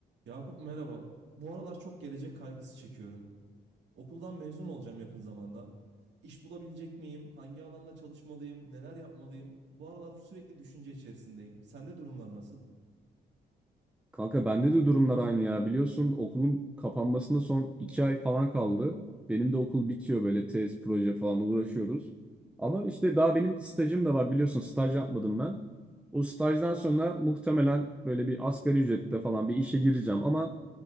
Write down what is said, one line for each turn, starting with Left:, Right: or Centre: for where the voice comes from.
Right: Yakup merhaba. Bu aralar çok gelecek kaygısı çekiyorum. Okuldan mezun olacağım yakın zamanda. İş bulabilecek miyim? Hangi alanda çalışmalıyım? Neler yapmalıyım? Bu aralar sürekli düşünce içerisindeyim. Sende durumlar nasıl?
Centre: Kanka bende de durumlar aynı ya. Biliyorsun okulun kapanmasına son iki ay falan kaldı. Benim de okul bitiyor böyle tez, proje falan uğraşıyoruz. Ama işte daha benim stajım da var biliyorsun staj yapmadım ben. O stajdan sonra muhtemelen böyle bir asgari ücrette falan bir işe gireceğim. Ama